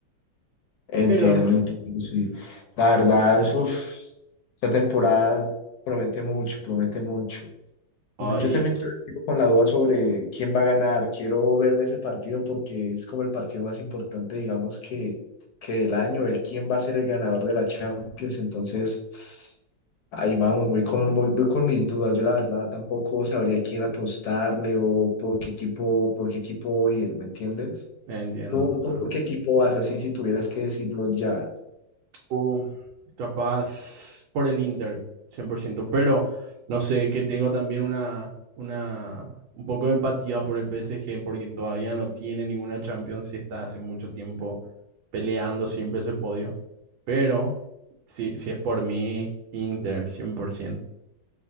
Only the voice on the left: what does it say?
Entiendo,
entiendo, sí. La verdad, uf, esta temporada promete mucho, promete mucho.
Yo también te- sigo con la duda sobre quién va a ganar. Quiero verme ese partido porque es como el partido más importante, digamos, que, que del año, el quién va a ser el ganador de la Champions. Entonces, ahí vamos, voy con, voy, voy con mis dudas. Yo la verdad tampoco sabría quién apostarle o por qué equipo, por qué equipo ir, ¿me entiendes?
¿Tú,
tú por qué equipo vas así si tuvieras que decirlo ya?